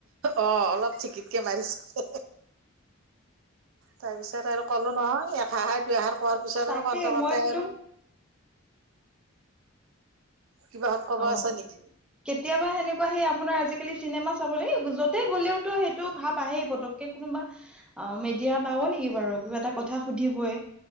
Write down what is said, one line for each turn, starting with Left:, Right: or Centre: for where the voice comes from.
Right: অঁ অলপ চিকিতকে মাৰিছে। তাৰ পিছত আৰু ক'লো নহয় এ খাৰ দুই এখাৰ কোৱাৰ পিছত
Centre: তাকে
Right: আৰু কতে
Centre: মই
Right: কতে
Centre: বোলো
Right: আৰু। কিবা হত কব
Centre: অ
Right: আছে নেকি?
Centre: কেতিয়াবা সেনেকুৱা সেই আপোনাৰ আজিকালি চিনেমা চাব লাগ য'তে গ'লেওতো সেইটো ভাৱ আহেই পতকে। কোনোবা অ মেডিয়া পাব নেকি বাৰু কিবা এটা কথা সুধিবই।